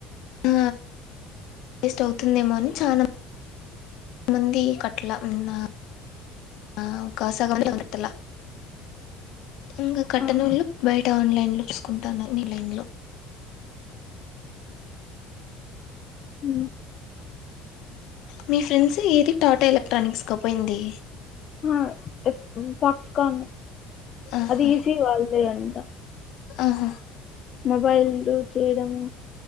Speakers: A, on the left; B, on the left.
A: ఆ వేస్ట్ అవుతుందేమో అని చానా. మంది కట్లా ఉన్నా. ఆ కాస <inaudible> గట్టల, ఇంగ కట్టనోళ్ళు
B: ఆహా
A: బయట. న్లైన్ లో చూసుకుంటాన్నారు. మీ లైన్ లో.
B: ఊ
A: మీ ఫ్రెండ్స్ ఏది టాటా ఎలక్ట్రానిక్స్కా పోయింది.
B: ఆ ఎప్ ఫక్స్కాన్
A: ఆహా
B: అది ఈసిఈ వాళ్ళదే అన్.
A: ఆహా
B: మొబైల్లు చేయడము.